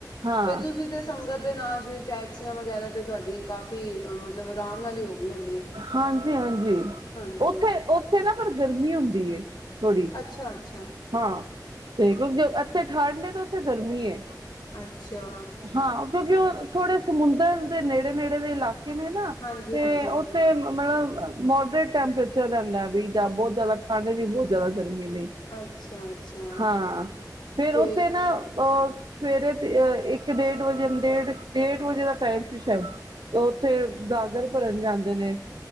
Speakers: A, on the right; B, on the left.
A: ਹਾਂ
B: ਫੇਰ ਤੁਸੀਂ ਤੇ ਸੰਗਤ ਦੇ ਨਾਲ ਸੀ ਟੈਕਸੀਆਂ ਵਗੈਰਾ ਤੇ ਤੁਹਾਡੀ ਕਾਫੀ, ਮਤਲਬ ਆਰਾਮ ਨਾਲ ਈ ਹੋ- ਗਈ ਹੋਣੀ ਹੈ
A: ਹਾਂਜੀ-ਹਾਂਜੀ,
B: ਹਾਂਜੀ
A: ਉੱਥੇ, ਉੱਥੇ ਨਾ ਪਰ ਗਰਮੀ ਹੁੰਦੀ ਏ। ਥੋੜ੍ਹੀ
B: ਅੱਛਾ-ਅੱਛਾ।
A: ਹਾਂ, ਤੇ ਕਿਉਂਕਿ ਏਥੇ ਠੰਡ ਏ ਤੇ ਉੱਥੇ ਗਰਮੀ ਏ।
B: ਅੱਛਾ
A: ਹਾਂ ਕਿਉਂਕਿ ਉਹ ਥੋੜੇ ਸਮੁੰਦਰ ਦੇ ਨੇੜੇ-ਨੇੜੇ ਦੇ ਇਲਾਕ ਕੇ ਨੇ ਨਾ
B: ਹਾਂਜੀ
A: ਤੇ
B: ਹਾਂਜੀ
A: ਉੱਥੇ ਮਤਲਬ ਮੋਡਰੇਟ ਟੈਂਪਰੇਚਰ ਰਹਿੰਦਾ ਬਈ ਜਾਂ ਬੋਤ ਜ਼ਿਆਦਾ ਠੰਡ ਨੀ, ਬੋਤ ਜ਼ਿਆਦਾ ਗਰਮੀ ਨੀ।
B: ਅੱਛਾ ਅੱਛਾ
A: ਹਾਂ! ਫੇਰ
B: ਤੇ
A: ਉਥੇ ਨਾ ਅ ਸਵੇਰੇ ਤੇ ਅ ਇੱਕ-ਡੇਢ ਵਜੇ ਡੇਢ-ਡੇਢ ਵਜੇ ਦਾ ਟਾਈਮ ਸੀ ਸ਼ਾਇਦ। ਤੇ ਉੱਥੇ ਗਾਗਰ ਭਰਨ ਜਾਂਦੇ ਨੇ।